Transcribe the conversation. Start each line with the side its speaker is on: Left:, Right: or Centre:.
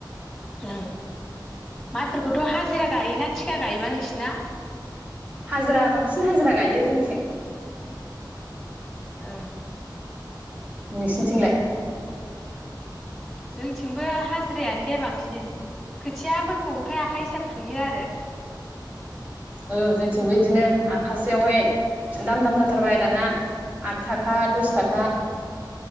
Centre: ओं माइफोरखौथ हाजिरा गायोना थिखा गायो बा नोंसिना।
Right: हाजिरा बांसिन हाजिरा गायो जोंथिं।
Centre: ओं
Right: नोंसिनिथिंलाय
Centre: जोंथिंबो हाजिरायानो दे बांसिन। खोथियाफोरखौ ओमफाय आखा हिसाब। फुयो आरो
Right: ओ जोंथि थिंबो बिदिनो आखासेयावहाय दाम दाम जाथारबाय दाना आद थाखा दस थाखा।